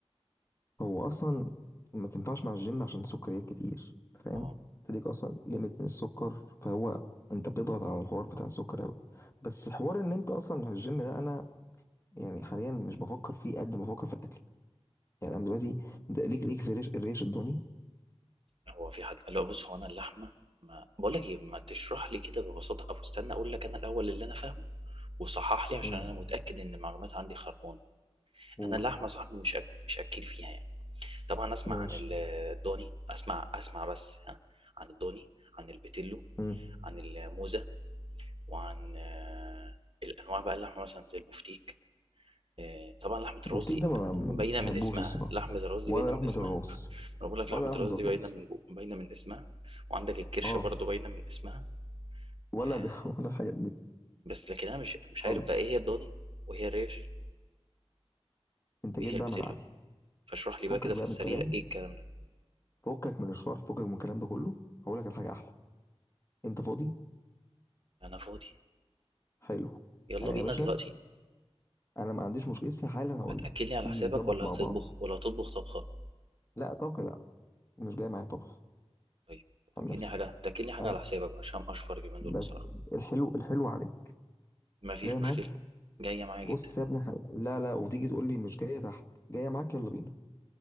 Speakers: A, on the left; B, on the right.
A: هو أصلا ما تنفعش مع الجيم عشان سكريات كتير فاهم
B: اه
A: تديك أصلا ليميت من السكر فهو أنت بتضغط على الحوار بتاع السكر أوي بس حوار إن أنت أصلا الجيم ده أنا يعني حاليا مش بفكر فيه قد ما بفكر في الأكل يعني أنا دلوقتي ده ليك ليك في الريش الريش الضاني
B: هو في حد قال له بص هو انا اللحمه ما بقول لك ايه ما تشرح لي كده ببساطه او استنى اقول لك انا الاول اللي انا فاهمه وصحح لي عشان
A: امم
B: انا متاكد ان المعلومات عندي خربانه
A: قول
B: انا اللحمه صاحبي مش أك... مش اكل فيها يعني طبعا اسمع
A: ماشي
B: عن ال- الضاني اسمع اسمع بس ها عن الضاني عن البيتلو
A: امم
B: عن الموزه وعن آه، الانواع بقى اللحمه مثلا زي البفتيك آه، طبعا لحمة الراس
A: البفتيك
B: دي
A: ده ما ما- ما
B: باينة
A: بحبوش
B: من اسمها
A: الصراحة
B: لحمة الراس دي
A: ولا
B: باينة من
A: لحمة
B: اسمها
A: الراس
B: <laughs> انا بقول لك
A: ولا
B: لحمة
A: لحمة
B: الراس دي
A: الراس
B: باينة من بق- باينة من اسمها وعندك الكرشة
A: اه
B: برضو باينة من اسمها
A: ولا
B: آه،
A: ده <laughs> ولا الحاجات دي
B: بس لكن انا مش مش
A: خالص
B: عارف بقى ايه هي الضاني وايه هي الريش
A: انت
B: وايه
A: جيت
B: هي
A: بقى
B: البتلو
A: ملعبي
B: فاشرح لي
A: فكك
B: بقى كده في
A: بقى
B: السريع
A: من الكلام
B: ايه الكلام ده
A: فكك من الشرح فكك من الكلام ده كله هقول لك الحاجة احلى انت فاضي
B: انا فاضي
A: حلو
B: يلا
A: انا
B: بينا
A: يا باشا
B: دلوقتي
A: انا ما عنديش مشكلة لسه حالا هقول
B: هتاكلني
A: لك
B: على
A: تيجي
B: حسابك
A: نظبط
B: ولا
A: مع
B: هتطبخ
A: بعض
B: ولا هتطبخ طبخة
A: لا طبخ لا مش جاي معايا طبخ
B: طيب هتاكلني
A: عن نفسي
B: حاجة هتاكلني حاجة
A: انا
B: على حسابك عشان اشفر اليومين
A: بس
B: دول بصراحة
A: الحلو الحلو عليك
B: مفيش
A: جاي
B: مشكلة
A: معاك
B: جاية معايا
A: بص
B: جدا
A: يا ابني حلو. لا لا وتيجي تقول لي مش جاية تحت جاية معاك يلا بينا